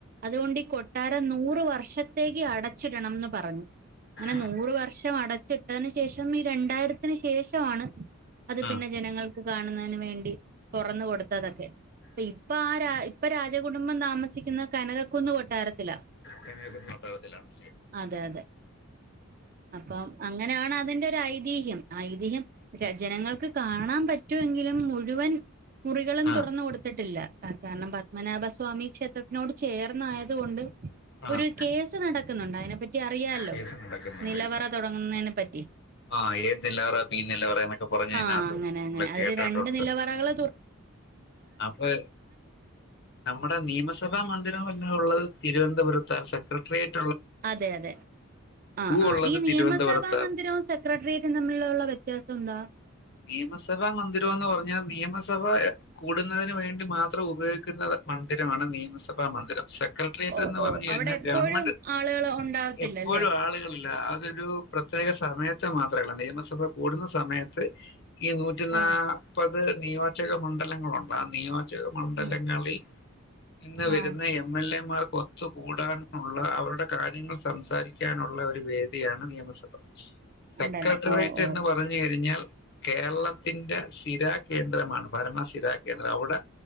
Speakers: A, on the right; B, on the left.
A: അതുകൊണ്ട് ഈ കൊട്ടാരം നൂറ വർഷത്തേക്ക് അടച്ചിടണംന്ന് പറഞ്ഞു അങ്ങനെ
B: ആഹ്
A: നൂറ വർഷം ം അടച്ചിട്ടതിന് ശേഷം ഈ രണ്ടായിരത്തിന് ശേഷമാണ് അത് പിന്നെ
B: ആഹ്
A: ജനങ്ങൾ കാണുന്നതിന് വേണ്ടി തുറന്ന കൊടുത്തതൊക്കെ അപ്പ ഇപ്പൊ ആ രാ ഇപ്പൊ രാജകുടുംബം താമസിക്കുന്ന കനകക്കുന്ന് കൊട്ടാരത്തില്ല
B: കന്യാകുമാരി പട്ടാളത്തിലാണല്ലേ
A: അതെ അതെ അപ്പം അങ്ങനെയാണ് അതിന്റെ ഒരു ഐതിഹ്യം ആഐതിഹ്യം ജനങ്ങൾക്ക് കാണാൻ പറ്റുമെങ്കിലും മുഴുവൻ മുറികളും
B: ആഹ്
A: തുറന്ന കൊടുത്തിട്ടില്ല ആ കാരണം പത്മനാഭസ്വാമി ക്ഷേത്രത്തിനോട് ചേർന്നായത്ുകൊണ്ട്
B: ആഹ്
A: ഒരു കേസ് നടക്കുന്നുണ്ട് അതിനെ പറ്റി അറിയാല്ലോ
B: കേസ് നടക്കുന്നുണ്ട്ല്ലേ
A: നിലവറ തുടങ്ങുന്നതിനെ പറ്റി
B: ആഹ് ഏത് നിലവറ പി നിലവറ എന്നൊക്കെ പറഞ്ഞ് അതിനകത്ത്
A: ആ അങ്ങനെ
B: നമ്മള്
A: അങ്ങനെ അതില്
B: കേട്ടിട്ടുണ്ട്
A: രണ്ട് നിലവറകള
B: അപ്പൊ നമ്മുടെ നിയമസഭാ മന്ദിരമല്ല ഉള്ളത് തിവനന്ത തിരുവനന്തപുരത്താ സെക്രട്ടറിയേറ്റ്
A: അതെ അതെ ആ ആ
B: ഉള്ളത്
A: ഈ നിയമസഭാ
B: തിരുവനന്തപുരത്താ
A: മന്ദിരവും സെക്രട്ടേറിയേറ്റും തമ്മിലുള്ള വ്യത്യാസം എന്താ
B: നിയമസഭാ മന്ദിരംന്ന് പറഞ്ഞാ നിയമസഭ കൂടുന്നതിന് വേണ്ടി മാത്രം ഉപയോഗിക്കുന്ന മന്ദിരമാണ് നിയമസഭാ മന്ദിരം സെ ക്രട്ടറിയേറ്റന്ന്
A: ഓ ഓ
B: പറഞ്ഞു കഴിഞ്ഞാൽ
A: അവിടെ എപ്പോഴും
B: ഗവൺമെന്റ്
A: ആളുകള് ഉണ്ടാവത്തില്ലല്ലേ?
B: എപ്പോഴും ആളുകളില്ല അതൊരു പ്രത്യേക സമയത്ത് മാത്രെ കാണു നിയമസഭ കൂടുന്ന സമയത്ത് ഈ നൂറ്റി നാപ്പ
A: ഓ
B: ത് നിയോജക മണ്ഡലങ്ങളുണ്ട് ആ നിയോ ജക മണ്ഡലങ്ങളിൽ
A: ഉം
B: നിന്ന് വരുന്ന
A: ആ
B: എം എൽ എ മാർക്ക് ഒത്തുകൂടാനുള്ള അവരുടെ കാര്യങ്ങൾ സംസാരിക്കാനുള്ള ഒരു വേദിയാണ് നിയമസഭ സെക്രട്ടറിയറ്റ്
A: ഉണ്ടല്ലോ ഓ ഓ
B: എന്ന് പറഞ്ഞു കഴിഞ്ഞാൽ കേരളത്തിന്റെ ശിരകേന്ദ്രമാണ് ഭരണശ്ശിരാകേന്ദ്രമാണ് അവിടെ